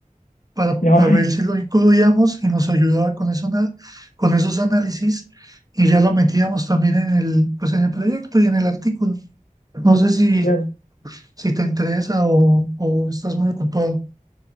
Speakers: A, on the right; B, on the left.
A: para,
B: <laughs> no,
A: a ver si lo incluíamos y nos ayudaba con eso, na- con esos análisis y ya lo metíamos también en el, pues en el proyecto y en el artículo. No sé si,
B: <laughs> claro.
A: si te interesa o, o estás muy ocupado.